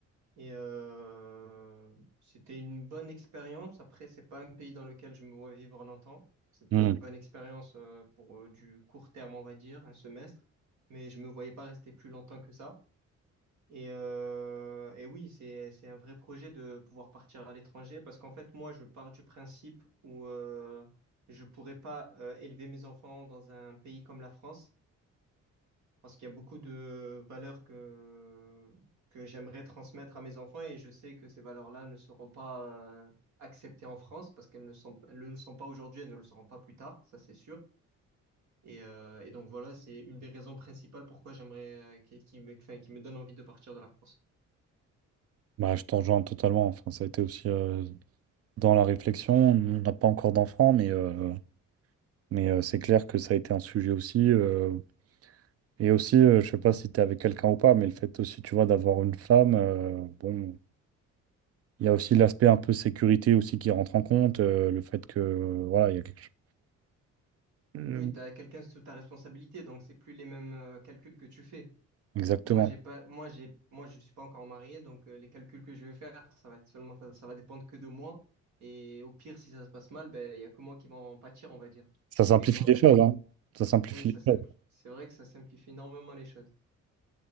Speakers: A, on the right; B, on the right.
A: Et euh, c'était une bonne expérience. Après, c'est pas un pays dans lequel je me vois vivre longtemps. C'était
B: Hmm.
A: une bonne expérience euh, pour euh, du court terme, on va dire, un semestre. Mais je me voyais pas rester plus longtemps que ça. Et, euh, et oui, c'est, c'est un vrai projet de pouvoir partir à l'étranger parce qu'en fait, moi, je pars du principe où euh, je pourrais pas euh, élever mes enfants dans un pays comme la France parce qu'il y a beaucoup de valeurs que, que j'aimerais transmettre à mes enfants et je sais que ces valeurs-là ne seront pas euh, acceptées en France parce qu'elles ne sont, elles ne le sont pas aujourd'hui, elles ne le seront pas plus tard, ça c'est sûr. Et, euh, et donc voilà, c'est une des raisons principales pourquoi j'aimerais, euh, qui, qui me, enfin, qui me donne envie de partir de la France.
B: Bah, je t'en rejoins totalement. Enfin, ça a été aussi euh, dans la réflexion. On n'a pas encore d'enfants, mais, euh, mais euh, c'est clair que ça a été un sujet aussi. euh, Et aussi, euh, je sais pas si tu es avec quelqu'un ou pas, mais le fait aussi, tu vois, d'avoir une femme, euh, bon, il y a aussi l'aspect un peu sécurité aussi qui rentre en compte, euh, le fait que, euh, voilà, il y a quelque chose. Mm.
A: Oui, tu as quelqu'un sous ta responsabilité, donc c'est plus les mêmes euh, calculs que tu fais.
B: Exactement.
A: Moi, j'ai pas, moi, j'ai, moi, je ne suis pas encore marié, donc euh, les calculs que je vais faire, ça va être seulement, ça, ça va dépendre que de moi. Et au pire, si ça se passe mal, ben, il y a que moi qui vais en pâtir, on va dire.
B: Ça simplifie
A: Mais quand
B: les
A: t'as
B: choses,
A: quel...
B: hein. Ça simplifie
A: oui, ça simpli-
B: les choses.
A: c'est vrai que ça simplifie énormément les choses.